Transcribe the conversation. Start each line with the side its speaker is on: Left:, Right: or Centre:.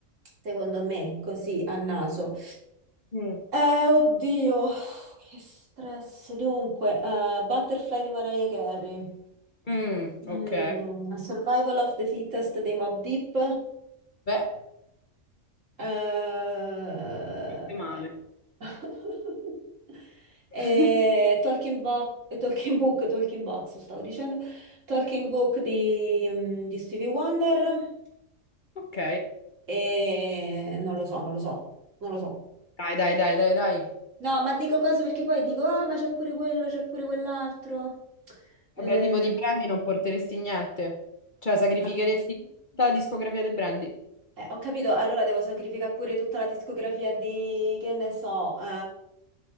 Right: secondo me, così a naso.
Left: Mm.
Right: Eh, oddio, che stress. Dunque, eh, Butterfly di Mariah Carey,
Left: Mm,
Right: Mm,
Left: ok.
Right: Survival of the Fittest dei Mob Deep,
Left: Beh,
Right: eh,
Left: Niente male.
Right: <laughs> e
Left: <laughs>
Right: Talking Bo- eh, Talking Book, Talking Box, stavo dicendo, Talking Book di, mm, di Stevie Wonder
Left: ok.
Right: e non lo so, non lo so, non lo so.
Left: Dai, dai, dai, dai, dai.
Right: No, ma dico cose perché poi dico, ah, ma c'è pure quello, c'è pure quell'altro. Eh,
Left: Vabbè, tipo di Brandy non porteresti niente. Cioè,
Right: sì,
Left: sacrificheresti
Right: ma-
Left: tutta la discografia dei Brandy.
Right: eh, ho capito, allora devo sacrificare pure tutta la discografia di, che ne so, eh,